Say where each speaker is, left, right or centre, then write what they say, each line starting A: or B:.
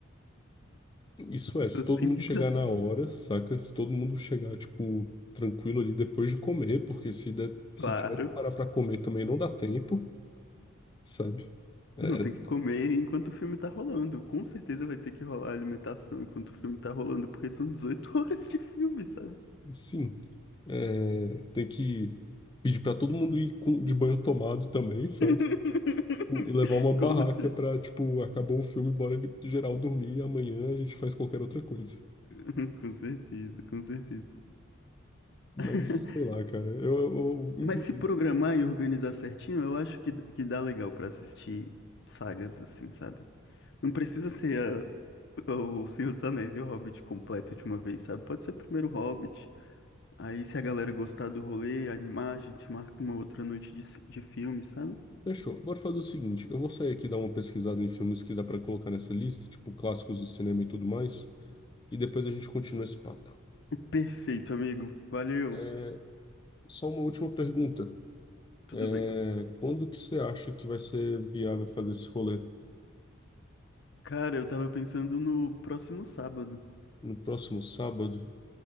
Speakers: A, on the left; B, on the left.
A: Isso
B: As pessoas
A: é, se todo
B: têm
A: mundo
B: que
A: chegar
B: <laughs> estar,
A: na hora, saca? Se todo mundo chegar, tipo, tranquilo ali depois de comer, porque se der, se
B: claro.
A: tiver que parar pra comer também não dá tempo, sabe? É,
B: Não, tem
A: é,
B: que comer enquanto o filme tá rolando. Com certeza vai ter que rolar alimentação enquanto o filme tá rolando, porque são dezoito <laughs> horas de filme, sabe?
A: sim, é, tem que pedir pra todo mundo ir com- de banho tomado também, sabe?
B: <laughs>
A: E levar uma barraca
B: Com cer-
A: pra, tipo, acabou o filme, bora geral dormir, amanhã a gente faz qualquer outra coisa.
B: <laughs> com certeza, com certeza.
A: Mas,
B: <laughs>
A: sei lá, cara, eu, eu- eu, inclusive,
B: Mas se programar e organizar certinho, eu acho que, que dá legal pra assistir sagas, assim, sabe? Não precisa ser a- o Senhor dos Anéis e o Hobbit completo de uma vez, sabe? Pode ser primeiro o Hobbit. Aí, se a galera gostar do rolê, animar, a gente marca uma outra noite de, ci- de filme, sabe?
A: Fechou. Bora fazer o seguinte: eu vou sair aqui dar uma pesquisada em filmes que dá pra colocar nessa lista, tipo clássicos do cinema e tudo mais, e depois a gente continua esse papo.
B: Perfeito, amigo. Valeu.
A: É, só uma última pergunta:
B: Tudo
A: É,
B: bem.
A: quando que você acha que vai ser viável fazer esse rolê?
B: Cara, eu tava pensando no próximo sábado.
A: No próximo sábado?